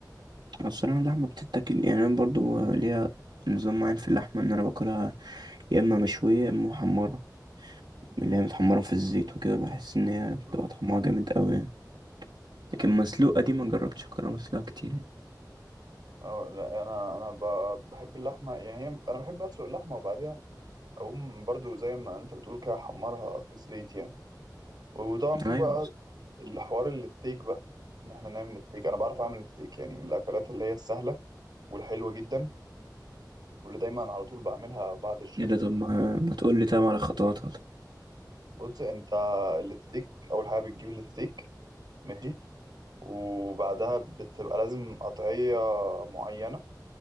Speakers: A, on the right (about 85°); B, on the right (about 60°).
A: أنا الصراحه اللحمه بتتاكل يعني انا برضو ليها نظام معين في اللحمه ان انا باكلها يا اما مشويه يا اما محمره اللي هي متحمره في الزيت وكده بحس ان هي بتبقى
B: ده؟
A: طعمها جامد قوي يعني لكن مسلوقه دي ما جربتش اكلها مسلوقه كتير يعني.
B: اه لا انا انا ب- بحب اللحمه يعني هي انا بحب اسلق اللحمه وبعديها اقوم برضو زي ما انت بتقول كده احمرها في الزيت يعني وطبعا في
A: ايوه
B: بقى الحوار الستيك بقى ان احنا نعمل ستيك انا بعرف اعمل ستيك يعني من الاكلات اللي هي السهله والحلوه جدا واللي دايما على طول بعملها بعد الجيم
A: ايه ده طب ما, ما تقول لي طب على خطواتها طب
B: بص انت الستيك اول حاجه بتجيب الستيك ماشي وبعدها بتبقى لازم قطعيه معينه